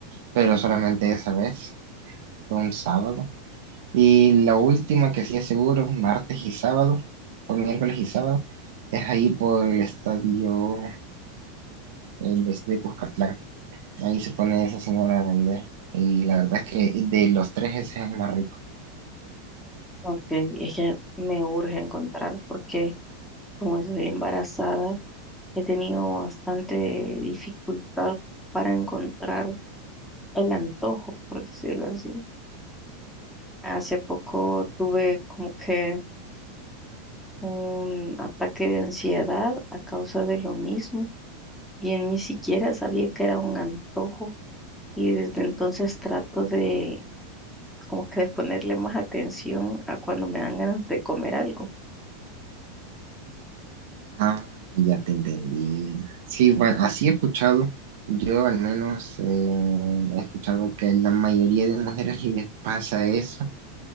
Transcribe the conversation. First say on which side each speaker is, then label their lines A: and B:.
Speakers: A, on the right (about 70°); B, in the centre.
A: pero solamente esa vez, fue un sábado. Y la última que sí es seguro, martes y sábado, o miércoles y sábado, es ahí por el estadio el este de Cuscatlán. Ahí se pone esa señora a vender. Y la verdad es que de los tres ese es el más rico.
B: Ok, es que me urge encontrar porque como estoy embarazada, he tenido bastante dificultad para encontrar el antojo, por decirlo así. Hace poco tuve como que un ataque de ansiedad a causa de lo mismo y ni siquiera sabía que era un antojo y desde entonces trato de como que de ponerle más atención a cuando me dan ganas de comer algo.
A: Ah, ya te entendí. Sí, bueno, así he escuchado. Yo al menos eh, he escuchado que la mayoría de mujeres les pasa eso,